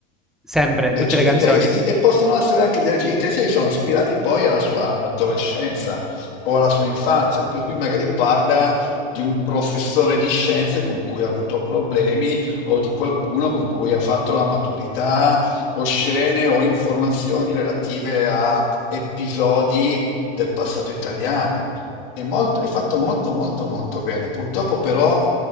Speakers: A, in the centre; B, on the left.
A: Sempre,
B: legge
A: tutte le
B: dei
A: canzoni.
B: testi e possono essere anche dei leggi dei testi che sono ispirati poi alla sua adolescenza o alla sua infanzia, per cui magari parla di un professore di scienze con cui ha avuto problemi o di qualcuno con cui ha fatto la maturità o scene o informazioni relative a episodi del passato italiano. È molto- è fatto molto molto molto bene. Purtroppo però